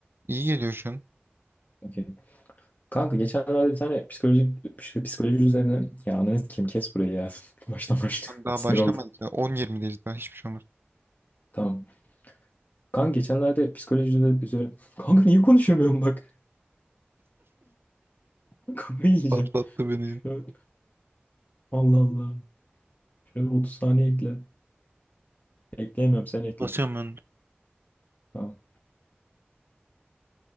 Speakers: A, on the right (about 70°); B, on the left (about 50°).
A: İyi geliyor şu an.
B: Okey. Kanka geçenlerde bir tane psikolojik işte psikoloji üzerine. Ya ananı kim kes burayı ya. <laughs> Baştan başla.
A: Tam daha
B: Sinir
A: başlamadık
B: oldum.
A: ya. 10-20'deyiz daha hiçbir şey olmaz.
B: Tamam. Kanka geçenlerde psikoloji üzerine. Kanka niye konuşamıyorum bak. <laughs> Kafayı yiyeceğim.
A: Patlattı beni
B: Şöyle...
A: ya.
B: Allah Allah. Şöyle 30 saniye ekle. Ekleyemiyorum sen ekle.
A: Basıyorum ben. de.
B: Tamam.